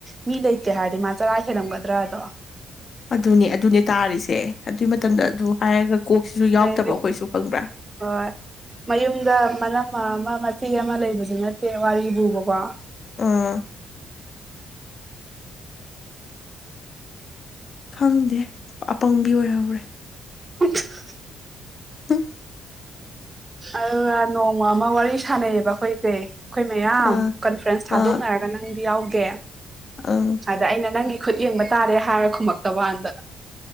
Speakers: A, on the right; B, on the left.
A: ꯃꯤ ꯂꯩꯇꯦ ꯍꯥꯏꯔꯗꯤ ꯃꯥ ꯆꯔꯥ ꯍꯦꯜꯂꯝꯒꯗ꯭ꯔꯥ ꯑꯗꯣ
B: ꯑꯗꯨꯅꯦ ꯑꯗꯨꯅꯦ ꯇꯥꯔꯤꯁꯦ ꯑꯗꯨꯏ ꯃꯇꯝꯗ ꯑꯗꯨ ꯍꯥꯏꯔꯒ ꯀꯣꯛꯁꯤꯁꯨ ꯌꯥꯎꯗꯕ
A: ꯑꯩꯗꯤ
B: ꯑꯩꯈꯣꯏꯁꯨ ꯐꯪꯕ꯭ꯔꯥ
A: ꯍꯣꯏ ꯃꯌꯨꯝꯗ ꯃꯅꯝ ꯑꯃ ꯃꯆꯤ ꯑꯃ ꯂꯩꯕꯁꯨ ꯅꯠꯇꯦ ꯋꯥꯔꯤꯕ ꯄꯨꯨꯕꯀꯣ
B: ꯑꯥ ꯈꯪꯗꯦ ꯑꯄꯪꯕꯤ ꯑꯣꯏꯍꯧꯔꯦ
A: <unintelligible> <inaudible>
B: ꯎꯝ
A: ꯑꯗꯨꯒ ꯅꯣꯡꯃ ꯑꯃ ꯋꯥꯔꯤ ꯁꯥꯟꯅꯩꯌꯦꯕ ꯑꯩꯈꯣꯏꯁꯦꯒꯩ ꯑꯩꯈꯣꯏ ꯃꯌꯥꯝ
B: ꯑꯥ
A: ꯀꯟꯐ꯭ꯔꯦꯟꯁ ꯊꯥꯗꯣꯛꯅꯔꯒ
B: ꯑꯥ
A: ꯅꯪꯗꯤ ꯌꯥꯎꯗꯦ
B: ꯑꯥ
A: ꯑꯗ ꯑꯩꯅ ꯅꯪꯒꯤ ꯈꯨꯠ ꯌꯦꯡꯕ ꯇꯥꯔꯦ ꯍꯥꯏꯔ ꯈꯨꯃꯛꯇ ꯋꯥꯥꯟꯗ